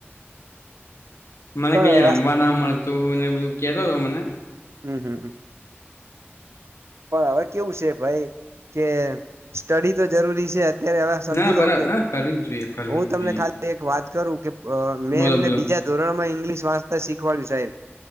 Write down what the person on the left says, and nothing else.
મને
ક રમવા ના મળે તું મને બધું કતો હતો મને
ના બરાબર
ના કરવી જ જોઈએ કરવી
જ જોઈએ
બોલો
બોલો